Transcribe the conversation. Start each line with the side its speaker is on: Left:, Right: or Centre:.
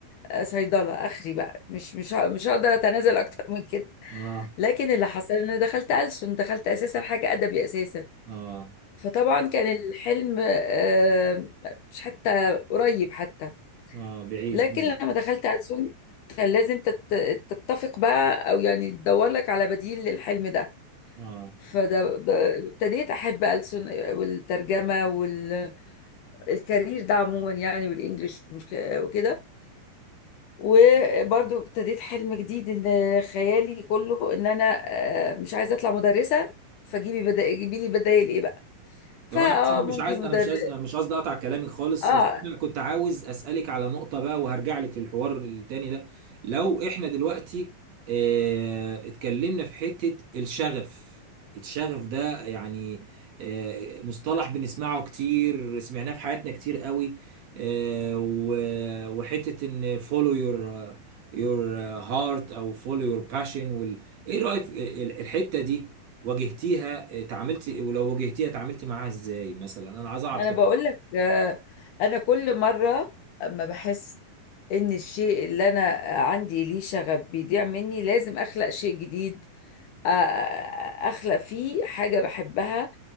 Left: آه، صيدلة آخري بقى مش مش ه- مش هقدر أتنازل أكتر <laughs> من كده
Right: آه
Left: لكن اللي حصل إن أنا دخلت ألسن دخلت أساسا حاجة أدبي أساسا
Right: آه
Left: فطبعا كان الحلم آه، مش حتى قريب حتى
Right: آه بعيد
Left: لكن
Right: بعيد.
Left: لما دخلت ألسن كان لازم تت- تتفق بقى أو يعني تدور لك على بديل للحلم ده
Right: آه
Left: فده ده- ابتديت أحب ألسن والترجمة وال الكارير ده عموما يعني والانجليش مش ك- وكده وبرضو ابتديت حلم جديد ان خيالي كله ان انا آه، مش عايزه اطلع مدرسه فجيبي بدا جيبي لي بدايل ايه بقى فاه
Right: طب انا عشان
Left: ممكن
Right: مش عايز
Left: مدرس
Right: انا مش عايز مش قصدي اقطع كلامي خالص
Left: اه
Right: بس انا كنت عاوز اسالك على نقطه بقى وهرجع لك للحوار التاني ده لو احنا دلوقتي اه اتكلمنا في حته الشغف الشغف ده يعني اه مصطلح بنسمعه كتير سمعناه في حياتنا كتير قوي اه و- وحته ان follow your your heart او follow your passion وال... ايه رايك في ال- الحته دي واجهتيها آه، تعاملتي ولو واجهتيها تعاملتي معاها ازاي مثلا انا عايز اعرف
Left: ما انا
Right: تجربتك.
Left: بقول لك آه، انا كل مره اما بحس ان الشيء اللي انا عندي ليه شغف بيضيع مني لازم اخلق شيء جديد آ- اخلق فيه حاجة بحبها